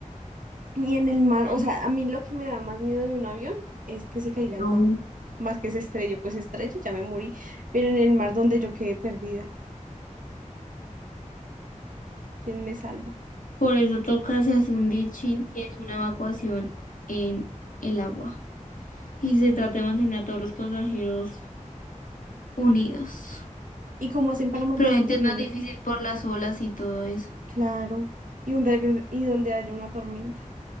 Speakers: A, on the right (about 85°); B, on the left (about 85°).
A: Y en el mar,
B: Ah,
A: o sea, a mí lo que me da más miedo de un avión es que se caiga
B: no.
A: al mar, más que se estrelle, pues se estrelle, ya me morí, pero en el mar donde yo quedé perdida, ¿quién me salva?
B: Por eso toca, se hace un ditching, que es una evacuación en el agua. Y se trata de mantener a todos los pasajeros unidos.
A: ¿Y cómo hacen para mantenerme
B: Pero obviamente es
A: unido?
B: más difícil por las olas y todo eso.
A: Claro, y donde, haya- y donde haya una tormenta,